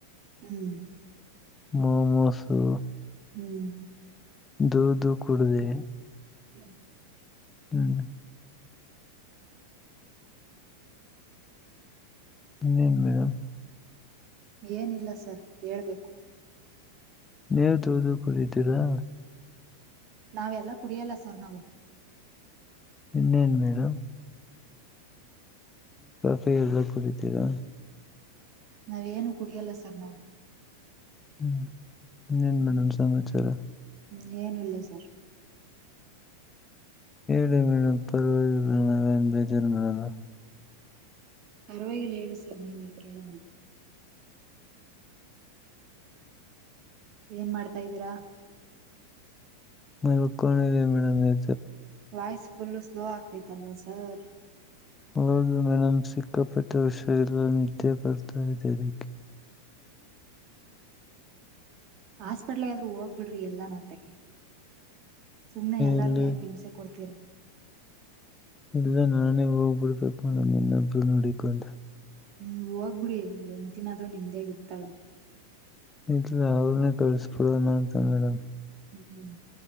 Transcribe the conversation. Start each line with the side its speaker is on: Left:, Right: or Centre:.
Right: ಹ್ಮ್
Left: ಮಾಾಮಸು
Right: ಹ್ಮ್
Left: ೂದುೂ ಕುಡದೆ
Right: ಹ್ಮ್
Left: ಹ್ಮ ನೀ ಮೇಡಮ
Right: ಏನಿಲ್ಲ ಸರ್ ಹೇಳ್ಬೇಕು
Left: ನೇವ್ದೋದು ಕೂರಿದ್ದೀರಾ
Right: ನಾವೆಲ್ಲ ಕುಡಿಯಲ್ಲ ಸರ್ ನಾವು
Left: ಇನ್ನೇನು ಮೇಡಮ ಕೇಲ್ಲಗತೀರ
Right: ನಾವೇನು ಕುಡಿಯಲ್ಲ ಸರ್ ನಾವು
Left: ಹ್ಮ್ ನೀ ಏನ್ ಮೇಡಮ ಸಮಾಚಾರ
Right: ್ಮ ಏನ ಇಲ್ಲ ಸರ್
Left: ಡ ಮೇಡ ಪರ್ ವ ಬೇಜಾರಲ್ಲ
Right: ಪರವಾಗಿಲಿ ಹೇಳಿ ಸರ್ ನೀವೇ ಕೇಳಣ ಏನ್ ಮಾಡ್ತಾ್ದೀರಾ
Left: ಮ ಕಣ ಇ ರ ಮೇಡಮ ಯ
Right: ವಾಯ್ಸ್ ಫುಲ್ಲು ಸ್ಲೋ ಆಗ್ತಿತ್ತಲ್ಲ ಸರ್
Left: ಹದು ಮೇಡಮ್ ಸಿಕ್ಕಾಪಟ್ಟ ವಿಷಯ ಎಲ್ಲ ನಿದ್ದೆ ಬರ್ತಾ ಇದೆ ಅದಕ್ಕೆ
Right: ಹಾಸ್ಪಿಟ್ಲ್ಗೆಾದ್ರು ಹೋಗ್ಬಿಡ್ರಿ ಎಲ್ಲ ನತ್ತಗ ಸುಮ್ನೆ ಎಲ್ಲಾರೂ
Left: ಇಲ್ಲಿ
Right: ಯಾಕೆ ಹಿಂಸೆ ಕೊಡ್ತೀರ
Left: ಇಲ್ಲ ನಾನೇ ಹೋಗ್ಬಿಡ್ಬೇಕ ಮೇಡಮ್ ಇನ್ನೊಬ್ರು ನೋಡಕೊಂಡೆ
Right: ಹ್ಮ್ ಹೋಗ್ಬಿಡಿ ಎಂಟ ದಿನ ಆದ್ೂ ನಿಮ್ದೇಾಗ ಇರ್ತಾಳೆ
Left: ಇಲ ಅವ್ರನ್ನೇ ಕಳ್ಸ್ಬಿಡೋಣ ಅಂತ ಮೇಡಮ್
Right: ಹ್ಮ್